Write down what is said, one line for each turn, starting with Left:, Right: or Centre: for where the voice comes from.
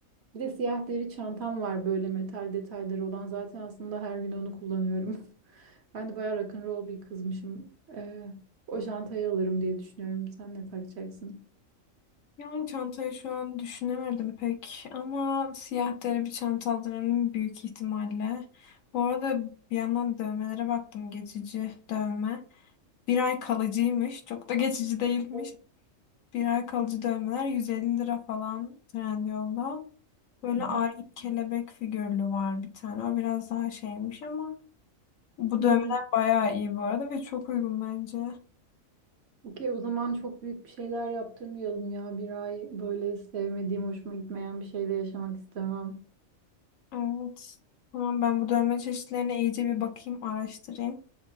Right: Bir de siyah deri çantam var böyle metal detayları olan. Zaten aslında her gün onu kullanıyorum. <laughs> Ben de bayağı rock'n'roll bir kızmışım. Ee, o çantayı alırım diye düşünüyorum. Sen ne takacaksın?
Left: Yani çantayı şu an düşünemedim pek ama siyah deri bir çanta alırım büyük ihtimalle. Bu arada bir yandan dövmelere baktım geçici dövme. Bir ay kalıcıymış çok da geçici değilmiş.
Right: Hı.
Left: Bir ay kalıcı dövmeler 150 lira falan Trendyol'da. Böyle
Right: Hı
Left: ay kelebek figürlü var bir tane. O biraz daha şeymiş ama bu
Right: hı.
Left: dövmeler
Right: hı.
Left: bayağı iyi bu arada ve çok uygun bence.
Right: Okey, o zaman çok büyük bir şeyler yaptırmayalım ya. Bir ay böyle sevmediğim, hoşuma gitmeyen bir şeyde yaşamak istemem.
Left: Evet. Tamam ben bu dövme çeşitlerine iyice bir bakayım, araştırayım.